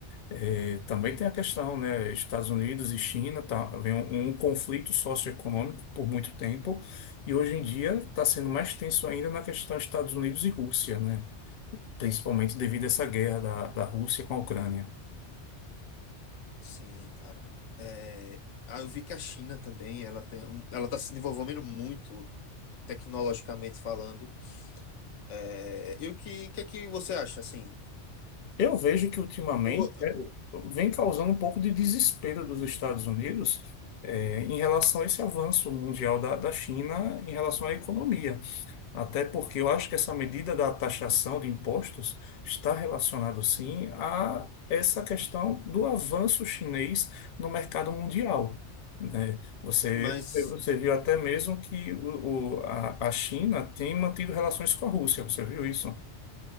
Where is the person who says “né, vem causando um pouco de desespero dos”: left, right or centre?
Left